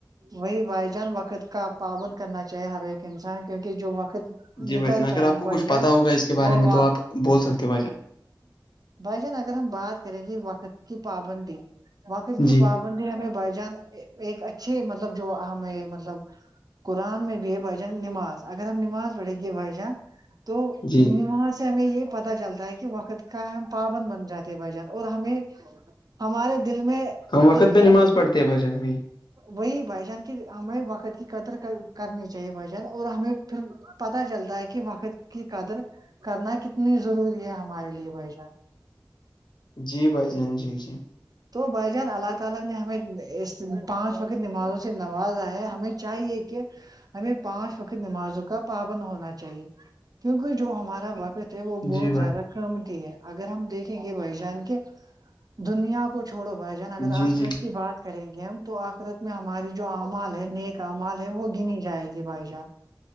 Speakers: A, on the right; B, on the left.
A: وہی بھائی جان وقت کا پابند کرنا چاہیے ہر ایک انسان کیونکہ جو وقت
B: جی
A: نکلتا
B: بھائی جان اگر
A: ہے
B: آپ کو
A: بائی
B: کچھ
A: جان
B: پتا ہوگا اس کے بارے
A: وہ
B: میں
A: و
B: تو آپ بول سکتے ہو بھائی جان
A: بھائی جان اگر ہم بات کریں گے وقت کی پابندی وقت کی
B: جی
A: پابند ندے ہمیں بائی جان ایک اچھے مطلب جو ہمیں مطلب قرآن میں بے بجان نماز اگر ہم نماز پڑھ گ بجان تو پنیماس
B: جی
A: سے میں یہ پت چلتا ہے کہ وقت کا ہم پاابند بن جاتے بھ جان اور ہمیں ہمارے دل میں
B: ہم وقت
A: ایک
B: پہ نماز پڑھتے ہیں بھشن بھائی
A: وہی بھائی جان کی ہمیں وقت کی قدر کرنی چاہیے بھائی جان اور ہمیں پھر پتا چلتا ہے کہ وقت کی قدر کرنا کتنی ضروری ہے ہمارے لیے بھائی جان
B: جی بھائی جان جی جی
A: تو بائی جان اللہ تعالی نے ہمیں اس پانچ وقت نمازوں سے نوازا ہے ہمیں چاہیے کہ ہمیں پانچ وقت نمازوں کا پابند ہونا چاہیے کیونکہ جو ہمارا وقت ہے وہ بہت
B: جی بھائی
A: زیادہ قمتی ہے اگر ہم دیکھیں گے بھائی جان کے دنیا کو چھوڑو بھائی جان اگر
B: جی
A: آخرت
B: جی
A: کی بات کریں گے ہم تو آخرت میں ہماری جو اعمال ہے نیک اعمال ہے وہ گنی جائے گی بھائی جان